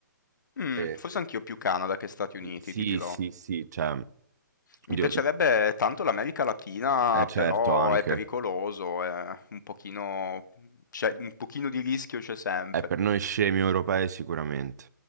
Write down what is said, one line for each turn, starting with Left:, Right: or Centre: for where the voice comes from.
Left: Mm,
Right: E-
Left: forse anch'io più Canada che Stati Uniti,
Right: sì, sì,
Left: ti dirò.
Right: sì, sì, cioè,
Left: Mi
Right: oddio,
Left: piacerebbe tanto l'America Latina,
Right: eh, certo
Left: però
Right: anche.
Left: è pericoloso, è un pochino, c'è- un pochino di rischio c'è sempre,
Right: Eh, per noi scemi europei sicuramente.